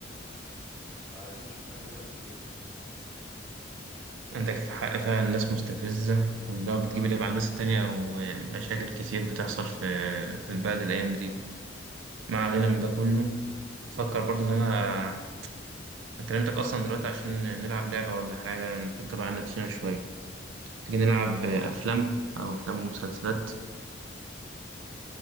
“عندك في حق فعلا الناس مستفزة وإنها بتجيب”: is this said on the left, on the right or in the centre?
Right